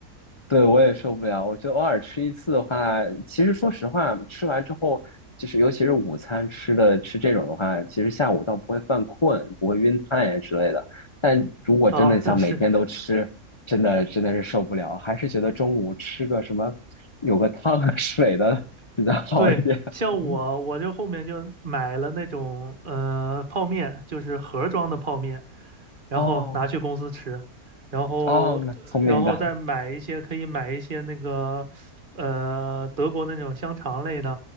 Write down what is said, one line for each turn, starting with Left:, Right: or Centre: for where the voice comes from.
Left: 对，我也受不了。我觉得偶尔吃一次的话，其实说实话，吃完之后，就是尤其是午餐吃的吃这种的话，其实下午倒不会犯困，不会晕碳呀之类的。但如果真的像每天都吃，
Right: 啊！<laughs> 是
Left: 真的真的是受不了，还是觉得中午吃个什么，有个汤和水的 <laughs> 比较好一点。
Right: 对，像我，
Left: <laughs>
Right: 我就后面就买了那种呃泡面，就是盒装的泡面，然后拿去公司吃，
Left: 哦
Right: 然后呃然后再买一些可以买一些那个呃德国那种香肠类的，
Left: 哦，蛮聪明的，